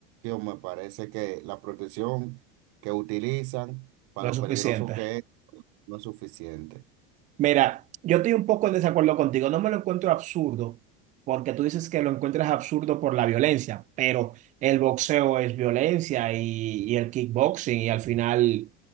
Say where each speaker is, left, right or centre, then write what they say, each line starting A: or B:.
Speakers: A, on the right (about 55°); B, on the right (about 25°).
A: me parece que la protección que utilizan para
B: No es
A: lo
B: suficiente.
A: peligroso que es, no es suficiente.
B: Mira, yo estoy un poco en desacuerdo contigo. No me lo encuentro absurdo, porque tú dices que lo encuentras absurdo por la violencia, pero el boxeo es violencia y, y el kickboxing, y al final